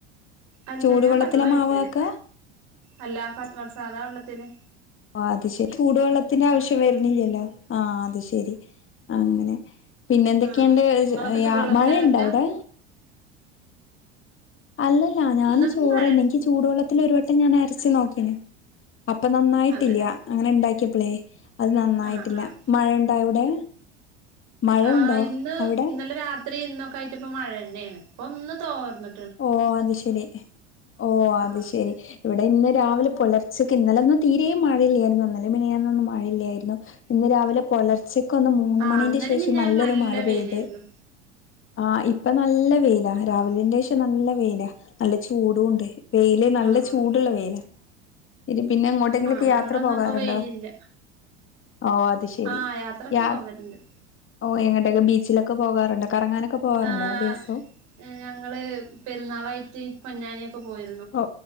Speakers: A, on the right (about 55°); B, on the left (about 35°).
A: അല്ല
B: ചൂടുവെള്ളത്തില
A: ഞാൻ പച്ചവെള്ള
B: മാവ്
A: ഒഴിക്കല്
B: ആക്ക
A: അല്ല പച് സാദ വെള്ളത്തില്
B: ഓ അത് ശരി ചൂടുവെള്ളത്തിന്റെ ആവശ്യം വര് ണില്ലല്ലോ ആഹ് അത് ശരി അങ്ങനെ പിന്നെ എന്തൊക്കെയുണ്ട്
A: ആഹ് നിങ്ങളൊക്കെ ചുടുവെള്ളത്തില
B: യാ മഴയുണ്ടോ
A: അരക്ക
B: അവിടെ അല്ലല്ല ഞാനും
A: ഇന്നിപ്പോ
B: ചോറ്ന്നെ
A: മഴ
B: എനിക്ക് ചൂടുവെള്ളത്തി ഒരു വട്ടം ഞാൻ അരച്ചു നോക്കീനി അപ്പൊ നന്നായിട്ടില്ല
A: അതെല്ലേ
B: അങ്ങനെ ഉണ്ടാക്കിയപ്പളേ അത് നന്നായിട്ടില്ല
A: ആഹ് ആഹ്
B: മഴണ്ടോ അവിടെ മഴ
A: ആഹ്
B: ഉണ്ടോ
A: ഇന്ന്
B: അവിടെ
A: ഇന്നലെ രാത്രി ഇന്നൊക്കെ ആയിട്ട് ഇപ്പ മഴ തന്നെയാണ് ഇപ്പൊ ഒന്ന് തോർന്ന്
B: ഓ അത് ശരി ഓ അത്
A: ആഹ്
B: ശരി ഇവിടെ ഇന്ന് രാവിലെ പുലർച്ചയ്ക്ക് ഇന്നലെന്നും തീരേ മഴയില്ലായിരുന്നു ഇന്നലും മിനിയാന്നൊന്നും മഴയില്ലായിരുന്നു ഇന്ന് രാവിലെ പുലർച്ചക്കൊന്ന് മൂന്ന്
A: ആഹ്
B: മണിൻ്റെ
A: ഇന്നലിം
B: ശേഷം
A: മിഞ്ഞാന്നും
B: നല്ലൊരു
A: നല്ല
B: മഴ
A: വെയിലായിരുന്നു
B: പെയ്ത് ആഹ് ഇപ്പ നല്ല വെയില രാവിലിന്റെ
A: ആഹ്
B: പ നല്ല വെയില നല്ല ചൂടൊണ്ട് വെയില് നല്ല
A: ആഹ്
B: ചൂടുള്ള വെയില ഇനി പിന്നെ എങ്ങോട്ടെങ്കിലൊക്കെ
A: ആഹ് ഇവിടൊന്നും
B: യാത്ര പോകാറുണ്ടോ
A: ഇപ്പൊ വെയിലില്ല
B: ഓ അത് ശെരി
A: ആഹ് യാത്രൊക്കെ
B: യാ
A: പോവലുണ്ട്
B: ഓ എങ്ങട്ടൊക്കെ ബീച്ചിലൊക്ക പോവാറുണ്ട് കറങ്ങാനൊക്കെ പോകാറുണ്ടോ
A: ആഹ്
B: ദിവസവും
A: ഞങ്ങള് പെരുന്നാളായിട്ട് പൊന്നാനിയൊക്കെ പോയി
B: ഓ